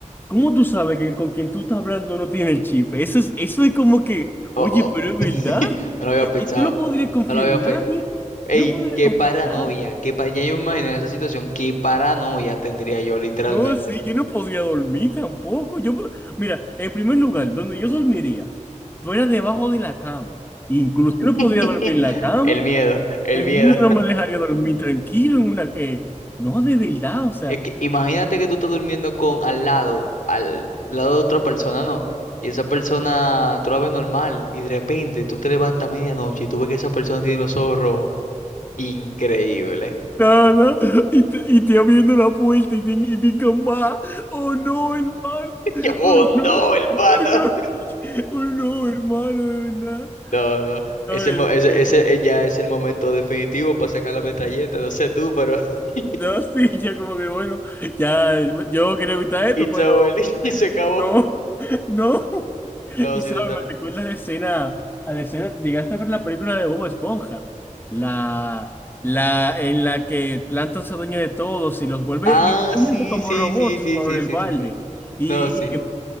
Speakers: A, on the left; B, on the left.
A: ¿Cómo tú sabes que con quien tú estás hablando no tiene el chip? Eso es, eso es como que,
B: Oh,
A: oye,
B: oh.
A: pero es verdad.
B: <laughs> No lo había
A: Eh,
B: pensado.
A: eh, Tú no podrías confiar
B: No lo había
A: en nadie.
B: pensado. Ey,
A: Tú no podrías
B: qué
A: confiar
B: paranoia.
A: en nadie.
B: Qué pa- ya yo me imagino en esa situación, qué paranoia tendría yo, literalmente.
A: No, sí, yo no podría dormir tampoco. Yo, me- mira, en primer lugar, donde yo dormiría, fuera debajo de la cama. Incluso yo no
B: <laughs>
A: podría dormir en la cama.
B: El miedo, el
A: El
B: miedo.
A: miedo no me dejaría dormir tranquilo en una... eh, no, de verdad, o sea.
B: Es que imagínate que tú estás durmiendo con al lado, al lado de otra persona, ¿no? Y esa persona, tú la ves normal y de repente tú te levantas a medianoche y tú ves que esa persona tiene los ojos rojos. Increíble.
A: No, no. Y, t- y te abriendo la puerta y, te- y pican más. Oh no, hermano.
B: <laughs> Yo, Oh,
A: Oh no.
B: no, hermano.
A: Oh no.
B: <laughs>
A: Oh no, hermano, de verdad.
B: No, no.
A: No,
B: Es
A: es
B: el, mo- ese,
A: terrible.
B: ese eh, ya es el momento definitivo para sacar la metralleta. No sé tú, pero... <laughs>
A: No, sí, ya como que bueno, ya yo quería evitar esto,
B: It's
A: pero
B: over. <laughs> Y se acabó.
A: No, <laughs> no.
B: No,
A: Y
B: sí,
A: sabes,
B: total.
A: me recuerda a la escena, a la escena, llegaste a ver la película de Bob Esponja, la, la en la que Plankton se dueña de todos y los vuelve
B: Ah,
A: literalmente
B: sí,
A: como
B: sí,
A: robots
B: sí, sí,
A: por
B: sí,
A: el
B: sí,
A: balde.
B: sí, sí.
A: Y,
B: No, sí.
A: y,